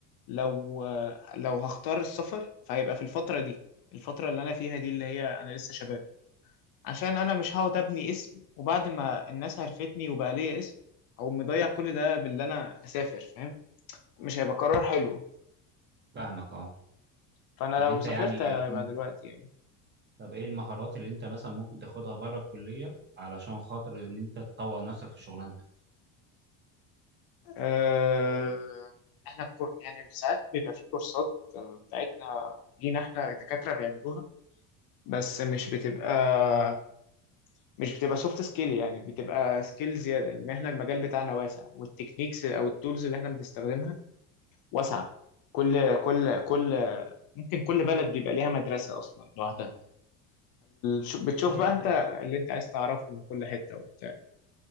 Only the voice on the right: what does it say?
فاهمك اه
طب
انت
يعني
م-
طب ايه المهارات اللي انت مثلا ممكن تاخدها بره الكلية علشان خاطر ان انت تطور نفسك في شغلانتك
طيب
تمام